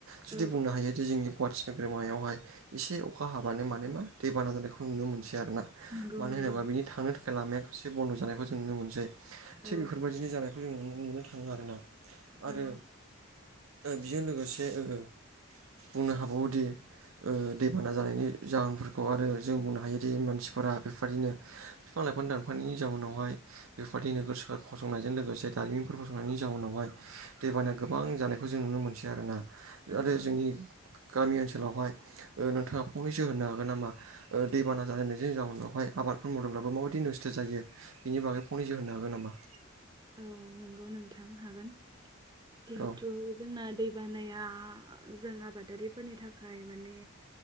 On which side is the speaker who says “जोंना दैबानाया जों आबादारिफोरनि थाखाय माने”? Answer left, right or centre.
Right